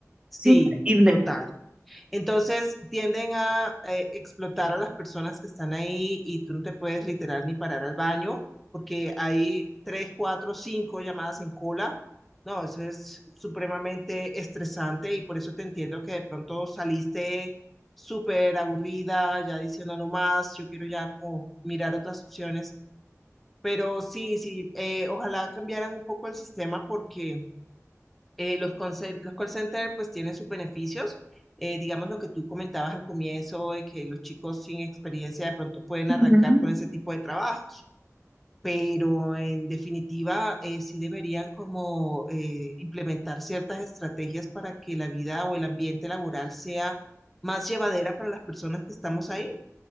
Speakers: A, in the centre; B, on the right.
A: Sí,
B: Es increíble.
A: total. Entonces tienden a eh, explotar a las personas que están ahí y tú no te puedes literal ni parar al baño porque hay tres, cuatro, cinco llamadas en cola. No, eso es supremamente estresante y por eso te entiendo que de pronto saliste súper aburrida, ya diciendo no más, yo quiero ya como mirar otras opciones. Pero sí, sí, eh, ojalá cambiaran un poco el sistema porque eh, los, conce- los call center pues tienen sus beneficios. Eh, digamos lo que tú comentabas al comienzo, de que los chicos sin experiencia de pronto pueden arrancar
B: Ujú.
A: con ese tipo de trabajos, pero en definitiva eh, sí deberían como eh, implementar ciertas estrategias para que la vida o el ambiente laboral sea más llevadera para las personas que estamos ahí.